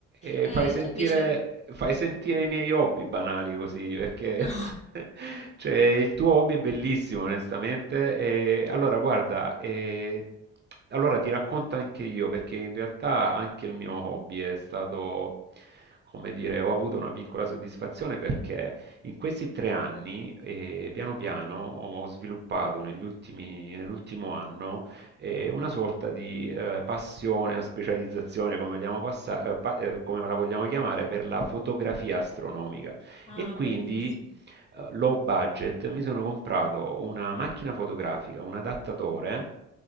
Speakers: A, on the right (about 35°); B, on the left (about 20°).
A: E
B: Eh,
A: fai sentire,
B: tu invece...
A: fai sentire i miei hobby banali così, perché
B: <laughs> No.
A: <laughs> cioè, il tuo hobby è bellissimo, onestamente. E allora, guarda, e- allora ti racconto anche io, perché in realtà anche il mio hobby è stato, come dire, ho avuto una piccola soddisfazione perché in questi tre anni, eh, piano piano, ho sviluppato negli ultimi- nell'ultimo anno e una sorta di eh, passione o specializzazione, come vogliamo passa- eh, pa- eh, come la vogliamo chiamare, per la fotografia astronomica.
B: Ah,
A: E quindi
B: bellissimo.
A: eh, low budget, mi sono comprato una macchina fotografica, un adattatore.